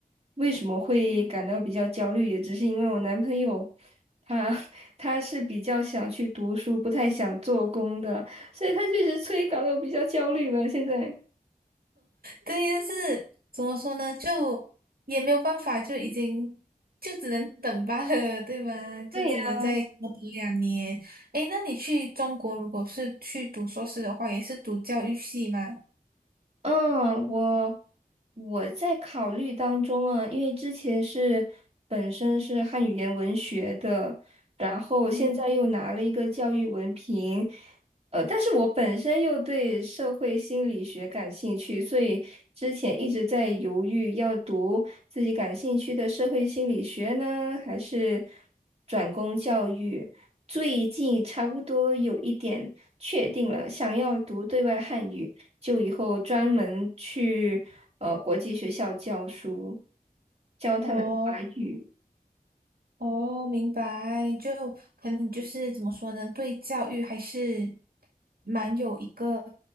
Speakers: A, on the right; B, on the right.
A: 为什么会感到比较焦虑，也只是因为我男朋友他 <laughs> 他是比较想去读书，不太想做工的，所以他确实催搞得我比较焦虑了。现在，
B: 对，但是怎么说呢，就也没有办法，就已经就只能等罢了，对吗？就只能再多等两年。
A: 对呀，
B: 诶，那你去中国，如果是去读硕士的话，也是读教育系吗？
A: 嗯，我我在考虑当中啊，因为之前是本身是汉语言文学的，然后现在又拿了一个教育文凭，
B: 嗯。
A: 呃，但是我本身又对社会心理学感兴趣，所以之前一直在犹豫要读自己感兴趣的社会心理学呢，还是转攻教育。最近差不多有一点确定了，想要读对外汉语。就以后专门去呃国际学校教书，教他们华语。
B: 哦哦，明白，就可能就是怎么说呢，对教育还是蛮有一个